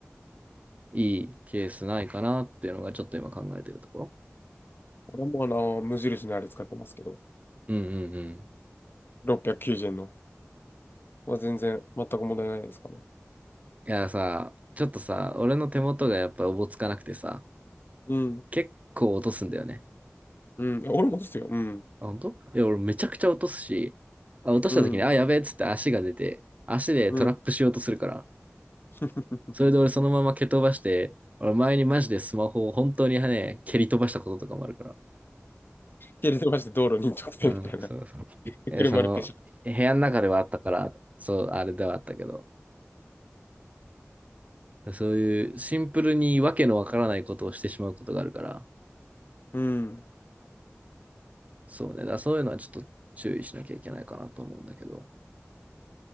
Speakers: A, on the right; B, on the left.
A: いいケースないかなっていうのがちょっと今考えてるところ。
B: 俺もあの、無印のあれ使ってますけど、
A: うんうんうん。
B: 690円の。まあ全然、全く問題ないですかね。
A: いやさ、ちょっとさ、俺の手元がやっぱおぼつかなくてさ、
B: うん。
A: 結構落とすんだよね。
B: うん。いや俺もですよ。うん。
A: あ、本当？いや、俺めちゃくちゃ落とすし、あ、落とした時に、
B: うん。
A: あ、やべえっつって足が出て、足でトラップしようとするから、
B: うん。<laughs>
A: それで俺そのまま蹴飛ばして、俺前にマジでスマホを本当にね、蹴り飛ばしたこととかもあるから。
B: 蹴り飛ばして道路に直線みたいな。
A: うん、そうそう。え、
B: 車でペシャ。
A: その、部屋の中ではあったから、そう、あれではあったけど、そういうシンプルにわけのわからないことをしてしまうことがあるから、
B: うん。
A: そうね。だからそういうのはちょっと注意しなきゃいけないかなと思うんだけど。